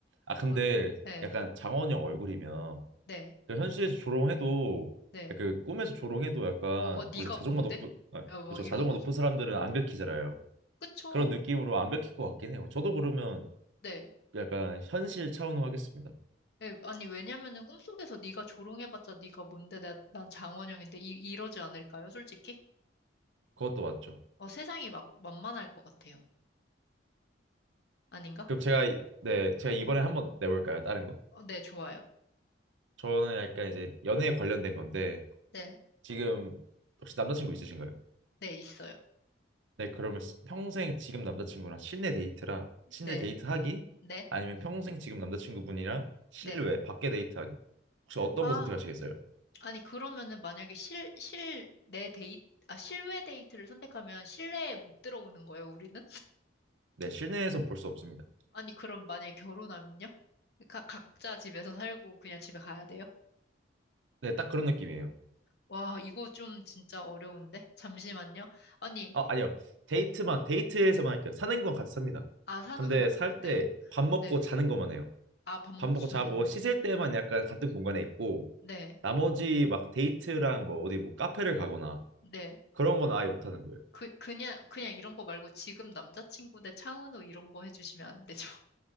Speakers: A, on the right; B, on the left.
A: 아 근데
B: 어, 네,
A: 약간 장원영 얼굴이면
B: 네,
A: 그 현실에서 조롱해도
B: 네.
A: 아, 그 꿈에서 조롱해도 약간
B: 어, 어, 네가
A: 원래 자존감
B: 뭔데?
A: 높은 아,
B: 야, 뭐
A: 그렇죠
B: 이런
A: 자존감
B: 거죠.
A: 높은 사람들은 안 긁히잖아요.
B: 그쵸?
A: 그런 느낌으로 안 긁힐 것 같긴 해요. 저도 그러면
B: 네.
A: 약간 현실 차원으로 하겠습니다.
B: 네, 아니, 왜냐면은 꿈속에서 네가 조롱해봤자 네가 뭔데? 나, 난 장원영인데 이, 이러지 않을까요, 솔직히?
A: 그것도 맞죠.
B: 어, 세상이 막 만만할 것 같아요. 아닌가?
A: 그럼 제가 이- 네 제가 이번에 한번 내볼까요? 다른 거?
B: 어, 네, 좋아요.
A: 저는 약간 이제 연애에 관련된 건데
B: 네,
A: 지금 혹시 남자친구 있으신가요?
B: 네, 있어요.
A: 네, 그러면 시- 평생 지금 남자친구랑 실내 데이트랑 실내
B: 네,
A: 데이트 하기
B: 네,
A: 아니면 평생 지금 남자친구분이랑 실외
B: 네.
A: 밖에 데이트 하기 혹시 어떤
B: 아.
A: 거 선택하시겠어요?
B: 아니, 그러면은 만약에 실, 실내 데이트, 아, 실외 데이트를 선택하면 실내에 못 들어오는 거예요, 우리는?
A: 네, 실내에선 볼 수 없습니다.
B: 아니, 그럼 만약에 결혼하면요? 가, 각자 집에서 살고 그냥 집에 가야 돼요?
A: 네, 딱 그런 느낌이에요.
B: 와, 이거 좀 진짜 어려운데? 잠시만요. 아니,
A: 아, 아니요. 데이트만 데이트에서만 할게요. 사는 건 같이 삽니다.
B: 아, 사는
A: 근데
B: 거,
A: 살
B: 네,
A: 때 밥 먹고
B: 네.
A: 자는 것만 해요.
B: 아, 밥 먹고
A: 밥 먹고
B: 자는
A: 자고
B: 거는?
A: 씻을 때만 약간 같은 공간에 있고
B: 네,
A: 나머지 막 데이트랑 뭐 어디 뭐 카페를 가거나
B: 네.
A: 그런 건 아예 못 하는 거예요.
B: 그, 그냥, 그냥 이런 거 말고 지금 남자친구 대 차은우 이런 거 해주시면 안 되죠?